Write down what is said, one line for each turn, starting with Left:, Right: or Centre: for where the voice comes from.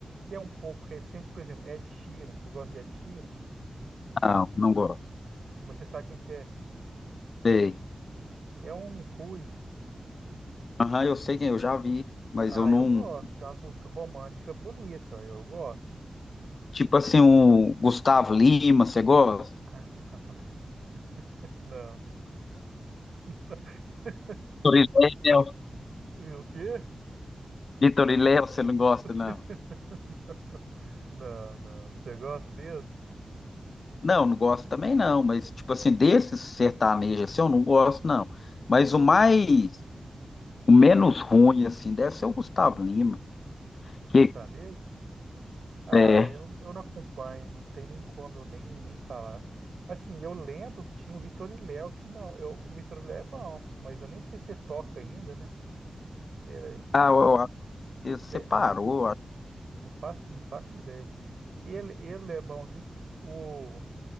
Right: que é um pouco recente, por exemplo, Ed Sheeran. Você gosta de Ed Sheeran?
Left: Não, não gosto.
Right: Mas você sabe quem que é?
Left: Sei.
Right: É um ruivo.
Left: Aham, eu sei quem eu já vi, mas
Right: Ah,
Left: eu não.
Right: eu gosto. Tem umas músicas românticas bonitas, eu gosto.
Left: Tipo assim, o Gustavo Lima, você gosta?
Right: Ah, <laughs> não. <laughs>
Left: Vitor e Léo,
Right: E o quê?
Left: Vitor e Léo, você não gosta,
Right: <laughs>
Left: não?
Right: Não, não. Você gosta deles?
Left: Não, não gosto também não, mas tipo assim, desses sertanejos assim, eu não gosto não. Mas o mais, o menos ruim assim, deve ser o Gustavo Lima,
Right: do
Left: que
Right: sertanejo? Ah,
Left: é,
Right: eu, eu não acompanho, não tem nem como eu nem, nem falar. Assim, eu lembro que tinha o Vitor e Léo, que não, eu, o Vitor e Léo é bom, mas eu nem sei se toca ainda, né? Ele,
Left: Ah, eu, eu acho que separou.
Right: sei lá,
Left: eu acho-
Right: não faço, não faço ideia. Ele, ele é bonzinho. O